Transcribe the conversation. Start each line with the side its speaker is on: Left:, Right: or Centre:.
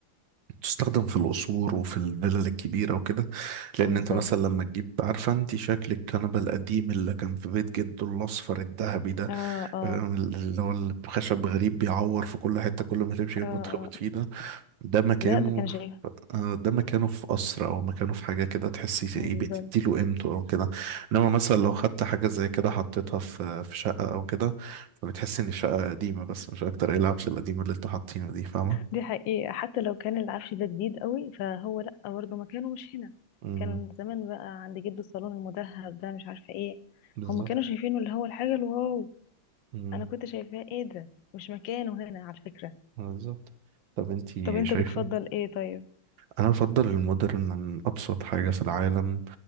Right: تستخدم في القصور وفي الفلل الكبيره وكده لان
Left: بالظبط
Right: انت مثلا لما تجيب عارفه انت شكل الكنبه القديم اللي كان في بيت جده الاصفر الذهبي ده
Left: اه اه
Right: اللي هو الخشب غريب بيعور في كل حتة كل ما تمشي جنبه
Left: اه
Right: تخبط فيه ده ده مكانه
Left: لا ده كان
Right: في
Left: شيء
Right: آه، ده مكانه في قصر أو مكانه في حاجة كده تحسي
Left: بالظبط
Right: إيه بتديله قيمته أو كده إنما مثلا لو خدت حاجة زي كده حطيتها في في شقة أو كده فبتحسي إن الشقة قديمة بس مش أكتر إيه العفش القديمة اللي أنتوا حاطينه دي فاهمة؟
Left: دي حقيقه حتى لو كان العفش ده جديد قوي فهو لا برضه مكانه مش هنا
Right: امم
Left: كان زمان بقى عند جده الصالون المذهب ده مش عارفه ايه
Right: بالظبط
Left: هم كانوا شايفينه اللي هو الحاجه الواو
Right: امم
Left: انا كنت شايفاه ايه ده مش مكانه هنا على فكره
Right: بالظبط طب أنتي
Left: طب انت
Right: شايفة
Left: بتفضل ايه طيب
Right: أنا أفضل المودرن من أبسط حاجة في العالم